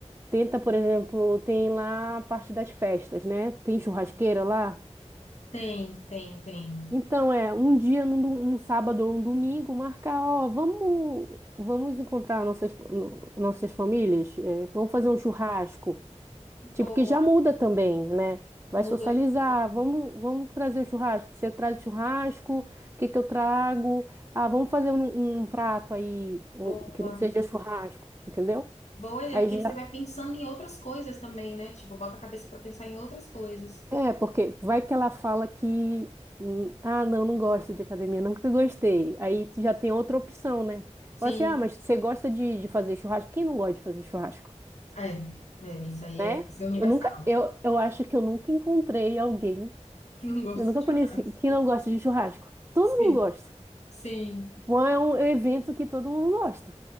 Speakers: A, on the right; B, on the left.
A: Tenta, por exemplo, tem lá a parte das festas, né? Tem churrasqueira lá.
B: Tem, tem, tem.
A: Então, é um dia, num, do- um sábado ou um domingo, marcar, ó, vamos, vamos encontrar nossas, no- nossas famílias, eh, vamos fazer um churrasco.
B: Boa,
A: Tipo, que já muda também, né? Vai
B: muda
A: socializar,
B: o
A: vamos, vamos trazer o churrasco. Você traz o churrasco, o que que eu trago? Ah, vamos fazer um, um prato aí, o-
B: Boa.
A: que não seja churrasco, entendeu?
B: Boa ideia,
A: Aí
B: porque
A: já.
B: aí você vai pensando em outras coisas também, né? Tipo, bota a cabeça pra pensar em outras coisas.
A: É, porque vai que ela fala que. hum, Ah, não, não gosto de academia, nunca gostei. Aí tu já tem outra opção, né?
B: Sim,
A: Fala assim, ah, mas você gosta de, de fazer churrasco? Quem não gosta de fazer churrasco,
B: é. É, isso aí
A: né?
B: é, isso é universal.
A: Eu nunca,
B: <laughs>
A: eu, eu acho que eu nunca encontrei alguém
B: Que não gosta
A: Eu nunca
B: de churrasco.
A: conheci quem não gosta de churrasco. Todo
B: Sim,
A: mundo gosta.
B: sim.
A: Bom, É um evento que todo mundo gosta.